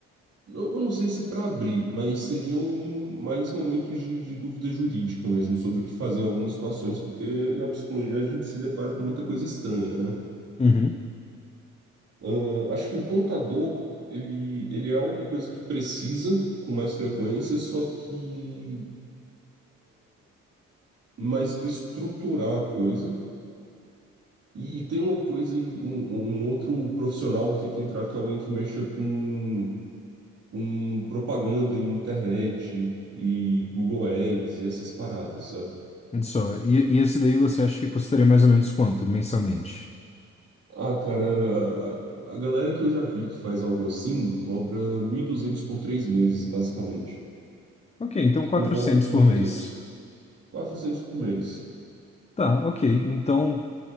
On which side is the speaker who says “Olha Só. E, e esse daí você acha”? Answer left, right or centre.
Left